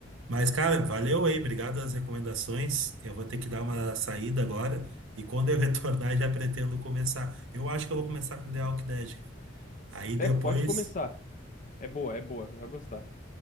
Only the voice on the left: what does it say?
É, pode começar. É boa, é boa, você vai gostar.